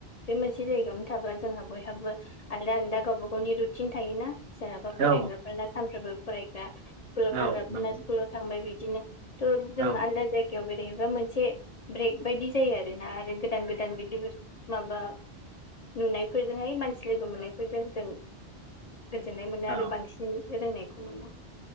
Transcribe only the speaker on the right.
औ
औ नंगौ
औ
औ